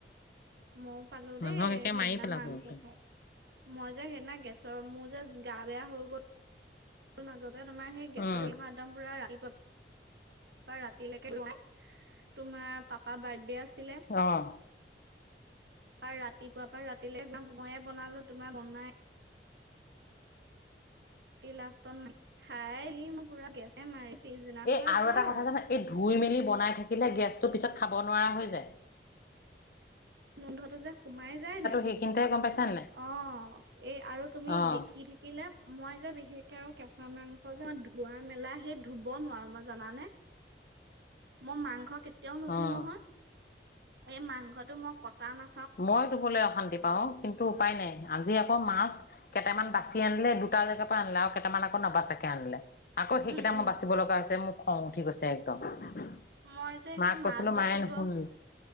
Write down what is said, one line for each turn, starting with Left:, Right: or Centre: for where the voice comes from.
Right: মইয়ো পালো দেই
Left: মানুহক একে
Right: সেইদিনা
Left: মাৰি পেলাব
Right: মাংস
Left: একদম
Right: খাই। মই যে সেইদিনা গেছৰ, মোৰ যে গা বেয়া হৈ গ'ল মাজত। তোমাৰ সেই গেছৰ
Left: উম
Right: <unintelligible> পুৰা ৰাতিপুৱাৰ পা ৰাতিলৈকে <unintelligible> তোমাৰ পাপা বাৰ্থডে আছিলে।
Left: অঁ।
Right: আৰু ৰাতিপুৱা পৰা ৰাতিলে একদম মইয়ে বনালো তোমাৰ বনাই লাষ্টত খাইহি মোৰ পুৰা গেছে মাৰি পিছদিনাখনৰ
Left: এই
Right: পৰা
Left: আৰু
Right: জ্বৰ
Left: এটা কথা জানা এই ধুই মেলি বনাই থাকিলে, গেছটো পিছত খাব নোৱাৰা হৈ যায়।
Right: গোন্ধটো যে সুমাই যাই নাই
Left: সেইখিনিতে, গম পাইছা নাই?
Right: অ' এই আৰু তুমি
Left: অ',
Right: দেখি থাকিলে। মই যে বিশেষকে আৰু কেঁচা মাংস যে মই ধোৱা মেলা হেই ধুব নোৱাৰো মই জানানে। মই মাংস কেতিয়া তেওঁ নোধো
Left: অ',
Right: নহয় এই মাংসটো মই কটা না
Left: মই ধুবলৈ অশান্তি পাওঁ কিন্তু উপায় নাই আজি আকৌ মাছ কেটামান বাচি আনিলে, দুটা জেগাৰ পৰা আনিলে। আৰু কেইটামান আকৌ নাবাচাকে আনিলে। আকৌ সেইকেইটা
Right: উম, উম,
Left: মই বাচিব লগা হৈছে, মোৰ খং উঠি গৈছে একদম।
Right: মই যে
Left: মাক
Right: সেই
Left: কৈছিলো
Right: মাছ বাচিব
Left: মায়ে নুশুনিলে।
Right: -